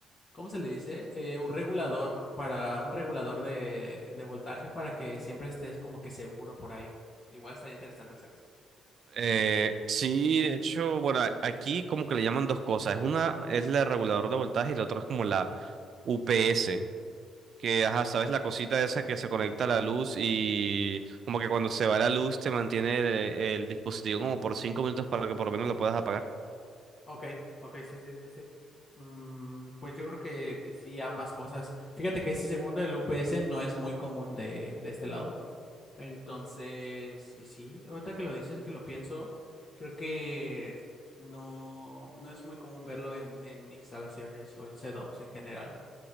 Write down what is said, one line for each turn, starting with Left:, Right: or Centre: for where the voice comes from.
Left: ¿cómo se le dice? Eh, un regulador para, un regulador de, de voltaje para que siempre estés como que seguro por ahí. Igual estaría interesante hacer eso.
Right: Eh, sí, de hecho, bueno, a- aquí como que le llaman dos cosas. Es una es el regulador de voltaje y la otra es como la UPS. Que, ajá, sabes la cosita esa que se conecta a la luz y como que cuando se va la luz te mantiene el, e, el dispositivo como por cinco minutos para que por lo menos lo puedas apagar.
Left: Ok, ok, sí, sí, sí, sí. Mm, pues yo creo que, que sí, ambas cosas. Fíjate que ese segundo del UPS no es muy común de, de este lado. Entonces, y sí, ahorita que lo dices, que lo pienso, creo que no, no es muy común verlo en, en instalaciones o en setups en general.